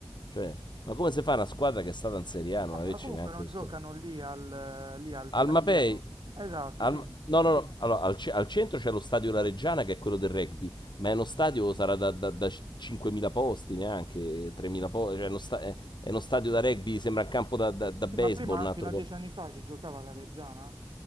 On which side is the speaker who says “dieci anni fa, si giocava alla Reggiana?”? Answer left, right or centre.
Right